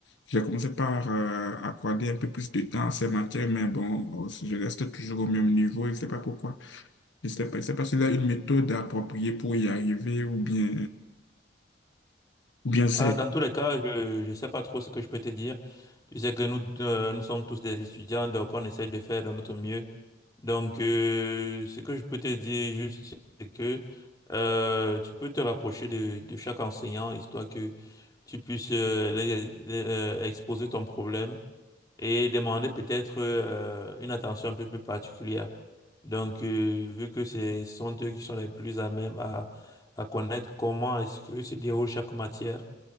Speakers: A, on the left (about 75°); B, on the left (about 20°).
A: j'ai commencé par euh, accorder un peu plus de temps à ces matières, mais bon, euh, je reste toujours au même niveau. Je ne sais pas pourquoi. Je ne sais pas, je sais pas s'il y a une méthode appropriée pour y arriver ou bien, ou bien c'est
B: Ah, dans tous les cas, je ne sais pas trop ce que je peux te dire. Tu sais que nous, euh, nous sommes tous des étudiants, donc on essaie de faire de notre mieux. Donc, euh, ce que je peux te dire juste, c'est que euh, tu peux te rapprocher de, de chaque enseignant, histoire que tu puisses euh, les- les- euh, exposer ton problème et demander peut-être euh, une attention un peu plus particulière. Donc, euh, vu que c'est- ce sont eux qui sont les plus à même à, à connaître comment est-ce que se déroule chaque matière,